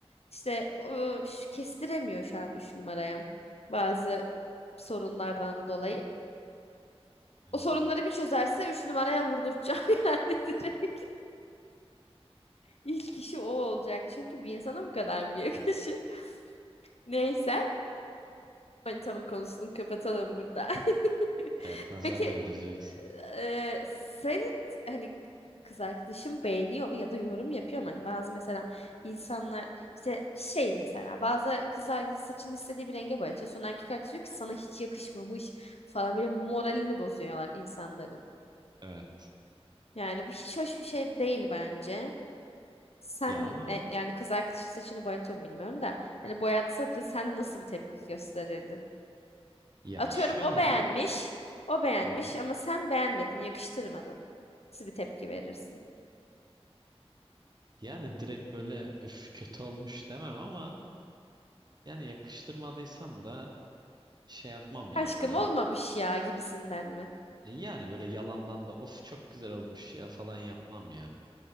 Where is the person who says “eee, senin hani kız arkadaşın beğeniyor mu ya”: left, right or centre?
Left